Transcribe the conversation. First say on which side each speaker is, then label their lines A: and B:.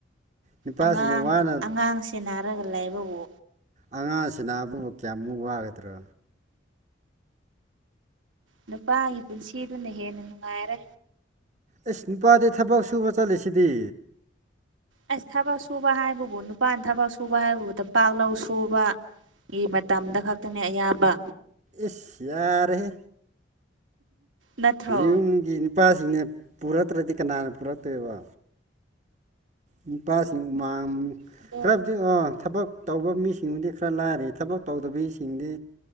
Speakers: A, on the right; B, on the right.
A: ꯅꯨꯄꯥꯁꯤꯅ
B: ꯑꯉꯥꯡ
A: ꯋꯥꯅ
B: ꯑꯉꯥꯡ ꯁꯦꯟꯅꯥꯔꯒ ꯂꯩꯕꯥꯕꯨ
A: ꯑꯉꯥꯡ ꯁꯦꯟꯅꯥꯕꯕꯨ ꯀꯌꯥꯃꯨꯛ ꯋꯥꯒꯥꯗ꯭ꯔꯣ
B: ꯅꯨꯄꯥꯒꯤ ꯄꯨꯟꯁꯤꯗꯨꯅꯥ ꯍꯦꯟꯅꯥ ꯅꯨꯡꯉꯥꯏꯔꯦ
A: ꯑꯦꯁ ꯅꯨꯄꯥꯗꯤ ꯊꯥꯕꯛ ꯁꯨꯕꯥ ꯆꯠꯂꯤꯁꯤꯗꯤ
B: ꯑꯥꯁ ꯊꯥꯕꯛ ꯁꯨꯕ ꯍꯥꯏꯕꯥꯕꯨ ꯅꯨꯄꯥ ꯊꯥꯕꯛ ꯁꯨꯕꯥ ꯍꯥꯏꯕꯥꯕꯨ ꯇꯝꯄꯥꯛ ꯂꯧ ꯁꯨꯕꯥ ꯒꯤ ꯃꯇꯝꯗꯥ ꯈꯛꯇꯥꯅꯦ ꯑꯌꯥꯝꯕꯥ
A: ꯏꯁ ꯌꯥꯔꯦꯍꯦ
B: ꯅꯠꯇ꯭ꯔꯣ
A: ꯌꯨꯝꯒꯤ ꯅꯨꯄꯥꯁꯤꯡꯅꯥ ꯄꯨꯔꯛꯇ꯭ꯔꯗꯤ ꯀꯅꯥꯅ ꯄꯨꯔꯛꯇꯣꯏꯕꯥ ꯅꯨꯄꯥꯁꯤꯡ ꯃꯥꯝ
B: ꯑꯗꯣ
A: ꯈꯔꯥꯕꯨ ꯍꯧꯖꯤꯛꯇꯤ ꯑ ꯊꯕꯛ ꯇꯧꯕ ꯃꯤꯁꯤꯡꯕꯨꯗꯤ ꯈꯔ ꯂꯥꯏꯔꯤ ꯊꯕꯛ ꯇꯧꯗꯥꯕꯤꯁꯤꯡꯗꯤ